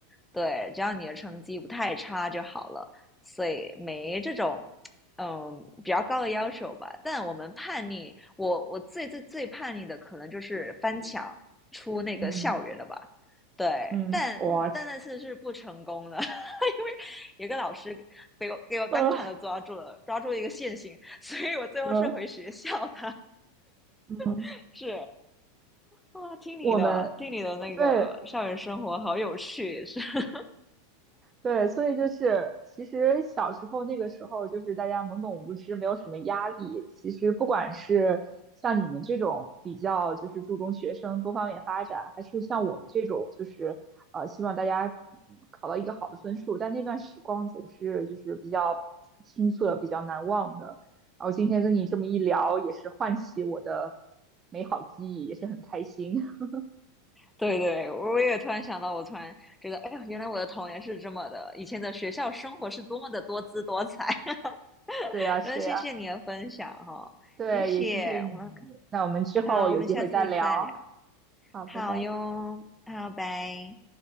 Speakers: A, in the centre; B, on the right.
A: 对，只要你的成绩不太差就好了。所以没这种，嗯，比较高的要求吧。但我们叛逆，我我最最最叛逆的可能就是翻墙出那个校园了吧。
B: 嗯
A: 对，
B: 嗯，
A: 但嗯，
B: 嗯我
A: 但那次是不成功的，<laughs> 因为有个老师给我给我当场的抓住了，
B: 呃
A: 抓住一个现行，所以我最后是回学校的。
B: 嗯嗯，
A: <laughs> 是，啊，听你的，
B: 我们
A: 听你的那个校园生活好有趣，
B: 对
A: 也是。<laughs>
B: 对，所以就是其实小时候那个时候，就是大家懵懂无知，没有什么压力。其实不管是像你们这种比较就是注重学生多方面发展，还是像我们这种就是呃希望大家嗯考到一个好的分数，但那段时光总是就是比较青涩、比较难忘的。然后今天跟你这么一聊，也是唤起我的美好记忆，也是很开心。<laughs>
A: 对对，我也突然想到，我突然觉得，哎呀，原来我的童年是这么的，以前的学校生活是多么的多姿多彩。<laughs>
B: 对呀，是呀，
A: 真的谢谢你的分享哈，
B: 对，
A: 谢谢，
B: 也谢谢你。
A: 我们
B: 那我们之后有机会再聊。
A: 好，我们下次再聊。
B: 好，
A: 好哟，
B: 拜拜。
A: 好，拜。